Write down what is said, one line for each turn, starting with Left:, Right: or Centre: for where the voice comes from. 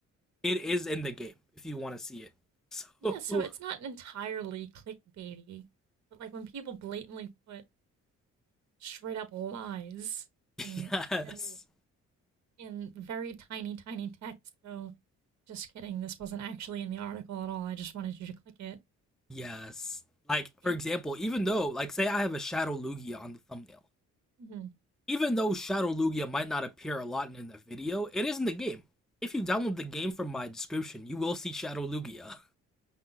Centre: it is in the game if you want to see it. <laughs> So
Right: Yeah, so it's not entirely clickbaity, but like when people blatantly put straight up lies and
Centre: yes.
Right: and in very tiny, tiny text go, just kidding, this wasn't actually in the article at all. I just wanted you to click it.
Centre: Yes. Like, for
Right: It
Centre: example, even though, like, say I have a Shadow Lugia on the thumbnail,
Right: mhm.
Centre: even though Shadow Lugia might not appear a lot in the video, it is in the game. If you download the game from my description, you will see Shadow Lugia.